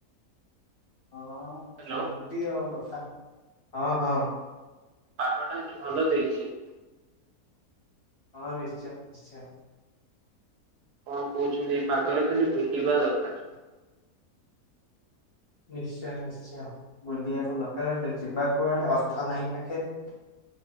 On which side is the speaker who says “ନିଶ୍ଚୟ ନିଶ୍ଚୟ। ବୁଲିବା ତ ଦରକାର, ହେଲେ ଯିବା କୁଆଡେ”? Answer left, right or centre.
Left